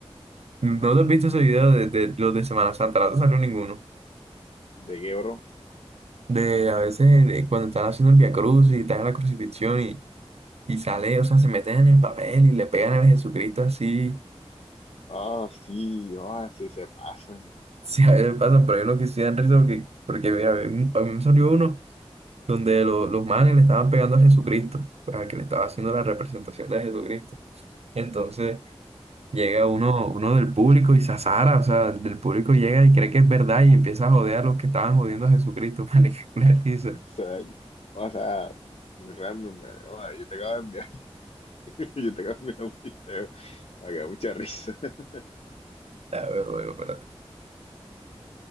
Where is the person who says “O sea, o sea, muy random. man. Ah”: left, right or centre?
Left